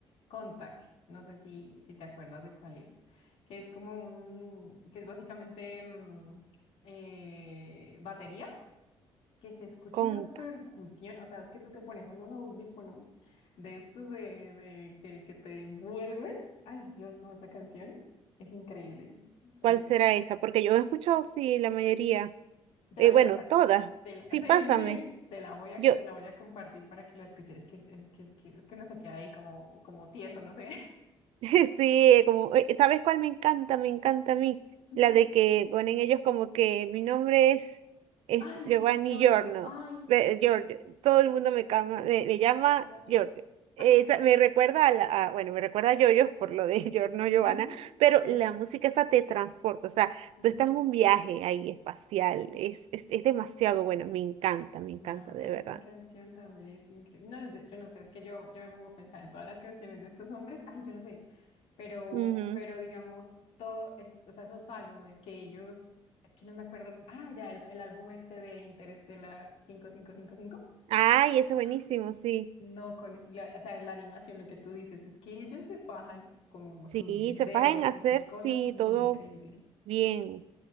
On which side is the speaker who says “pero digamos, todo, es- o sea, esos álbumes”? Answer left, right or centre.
Left